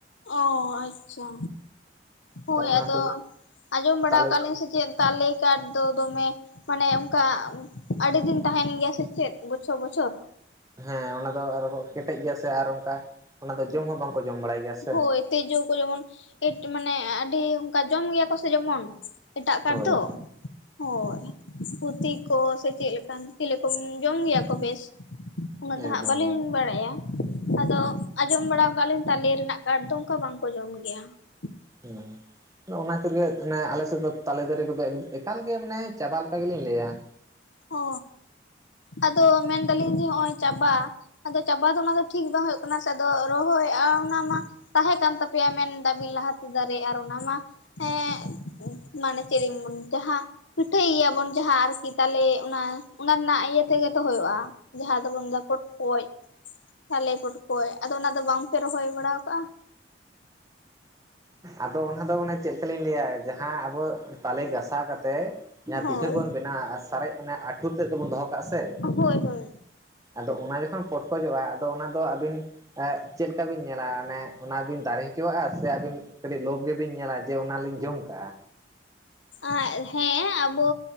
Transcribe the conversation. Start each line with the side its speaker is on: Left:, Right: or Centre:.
Left: ᱚ ᱟᱪᱪᱷᱟ, ᱦᱳᱭ
Right: ᱛᱟᱦᱚᱞᱮ ᱚᱱᱟᱛᱮ
Left: ᱟᱫᱚ ᱟᱸᱡᱚᱢ ᱵᱟᱲᱟ
Right: ᱛᱟᱞᱮ
Left: ᱠᱟᱫ ᱞᱤᱧ ᱥᱮ ᱪᱮᱫ ᱛᱟᱞᱮ ᱠᱟᱴ ᱫᱚ ᱫᱚᱢᱮ, ᱢᱟᱱᱮ ᱚᱝᱠᱟ ᱟᱹᱰᱤ ᱫᱤᱱ ᱛᱟᱦᱮᱸᱱ ᱜᱮᱭᱟ ᱥᱮ ᱪᱮᱫ ᱵᱚᱪᱷᱚᱨ ᱵᱚᱪᱷᱚᱨ?
Right: ᱦᱮᱸ ᱚᱱᱟ ᱫᱚ ᱟᱨᱚᱵᱚ ᱠᱮᱴᱮᱡ ᱜᱮᱭᱟ ᱥᱮ ᱟᱨ ᱚᱝᱠᱟ ᱚᱱᱟ ᱫᱚ ᱡᱚᱢ ᱦᱚᱸ ᱵᱟᱝᱠᱚ ᱡᱚᱢ ᱵᱟᱲᱟᱭ ᱜᱮᱭᱟ ᱥᱮ
Left: ᱦᱳᱭ ᱛᱮᱡᱳ ᱠᱚ ᱡᱮᱢᱚᱱ ᱮᱴ ᱢᱟᱱᱮ ᱟᱰᱤ ᱚᱝ ᱠᱟ ᱡᱚᱢ ᱜᱮᱭᱟ ᱠᱚ ᱥᱮ ᱡᱮᱢᱚᱱ, ᱮᱴᱟᱜ ᱠᱟᱴ
Right: ᱦᱳᱭ
Left: ᱫᱚ? ᱦᱳᱭ ᱦᱩᱛᱤ ᱠᱚ ᱥᱮ ᱪᱮᱫ ᱞᱮᱠᱟᱱ ᱪᱮᱞᱮ ᱠᱚ ᱡᱚᱢ ᱜᱮᱭᱟ ᱠᱚ ᱵᱮᱥ, ᱩᱱᱟᱹᱜ ᱫᱚ
Right: ᱮᱠᱫᱚᱢ
Left: ᱦᱟᱸᱜ ᱵᱟᱞᱤᱧ ᱵᱟᱲᱟᱭᱟ, ᱟᱫᱚ ᱟᱸᱡᱚᱢ ᱵᱟᱲᱟ ᱠᱟᱜ ᱟᱞᱤᱧ ᱛᱟᱞᱮ ᱨᱮᱱᱟᱜ ᱠᱟᱴ ᱫᱚ ᱚᱱᱠᱟ ᱵᱟᱝᱠᱚ ᱡᱚᱢ ᱜᱮᱭᱟ ᱾
Right: ᱦᱩᱸ ᱛᱚ ᱚᱱᱟ ᱠᱷᱟᱛᱤᱨ ᱜᱮ ᱢᱟᱱᱮ ᱟᱞᱮᱥᱮᱫ ᱫᱚ ᱛᱟᱞᱮ ᱫᱟᱨᱮ ᱠᱚᱫᱚ ᱮᱠᱟᱞ ᱜᱮ ᱢᱟᱱᱮ ᱪᱟᱵᱟ ᱞᱮᱠᱟ ᱜᱮᱞᱤᱧ ᱞᱟᱹᱭᱟ ᱾
Left: ᱚ ᱟᱫᱚ ᱢᱮᱱᱫᱟᱞᱤᱧ ᱡᱮ ᱦᱚᱸᱜᱼᱚᱭ ᱪᱟᱵᱟ ᱟᱫᱚ ᱪᱟᱵᱟ ᱫᱚ ᱚᱱᱟ ᱫᱚ ᱴᱷᱤᱠ ᱵᱟᱝ ᱦᱳᱭᱳᱜ ᱠᱟᱱᱟ ᱥᱮ, ᱟᱫᱚ ᱨᱚᱦᱚᱭᱼᱟ ᱚᱱᱟ ᱢᱟ ᱛᱟᱦᱮᱸ ᱠᱟᱱ ᱛᱟᱯᱮᱭᱟ ᱢᱮᱱᱫᱟᱵᱤᱱ ᱞᱟᱦᱟᱛᱮ ᱫᱟᱨᱮ ᱟᱨ ᱚᱱᱟ ᱢᱟ ᱮᱸᱜ ᱢᱟᱱᱮ ᱪᱮᱫ ᱤᱧ ᱵᱚᱱ ᱡᱟᱦᱟᱸ ᱯᱤᱴᱷᱟᱹᱭ ᱜᱮᱭᱟᱵᱚᱱ ᱡᱟᱦᱟᱸ ᱟᱨᱠᱤ ᱛᱟᱦᱚᱞᱮ ᱚᱱᱟ ᱚᱱᱟ ᱨᱮᱱᱟᱜ ᱤᱭᱟᱹ ᱛᱮᱜᱮ ᱫᱚ ᱦᱩᱭᱩᱜᱼᱟ ᱡᱟᱦᱟᱸ ᱫᱚ ᱫᱟᱯᱚᱴ ᱠᱚᱡ ᱛᱟᱞᱮ ᱯᱚᱴᱠᱚᱡ ᱟᱫᱚ ᱚᱱᱟ ᱫᱚ ᱵᱟᱝᱯᱮ ᱨᱚᱦᱚᱭ ᱵᱟᱲᱟᱣ ᱠᱟᱜᱼᱟ?
Right: ᱟᱫᱚ ᱚᱱᱟ ᱫᱚ ᱢᱟᱱᱮ ᱪᱮᱫ ᱞᱮᱠᱟᱞᱤᱧ ᱞᱟᱹᱭᱟ ᱡᱟᱦᱟᱸ ᱟᱵᱚ ᱛᱟᱞᱮ ᱜᱟᱥᱟᱣ ᱠᱟᱛᱮ ᱡᱟᱦᱟᱸ
Left: ᱦᱳᱭ
Right: ᱯᱤᱴᱷᱟᱹ ᱠᱚᱵᱚᱱ ᱵᱮᱱᱟᱣᱟ ᱟ ᱥᱟᱨᱮᱡ ᱚᱱᱟᱚᱱ ᱟᱹᱷᱩᱨ ᱛᱮᱫ ᱛᱮᱵᱚᱱ ᱫᱚᱦᱚ ᱠᱟᱜᱼᱟ ᱥᱮ?
Left: ᱦᱳᱭ ᱦᱳᱭ
Right: ᱟᱫᱚ ᱚᱱᱟ ᱡᱚᱠᱷᱚᱱ ᱯᱚᱴᱠᱚᱡᱚᱜᱼᱟ ᱟᱫᱚ ᱚᱱᱟᱫᱚ ᱟᱹᱵᱤᱱ ᱮᱸᱜ ᱪᱮᱫᱞᱮᱠᱟ ᱵᱤᱱ ᱧᱮᱞᱟ ᱚᱱᱮ ᱚᱱᱟ ᱵᱤᱱ ᱫᱟᱨᱮ ᱦᱚᱪᱚᱣᱟᱜᱼᱟ ᱥᱮ ᱟᱹᱵᱤᱱ ᱠᱟᱹᱴᱤᱡ ᱞᱳᱵ ᱜᱮᱵᱤᱱ ᱧᱮᱞᱟ ᱡᱮ ᱚᱱᱟᱞᱤᱧ ᱡᱚᱢ ᱠᱟᱜᱼᱟ᱾
Left: ᱟ ᱦᱮᱸ ᱟᱵᱚ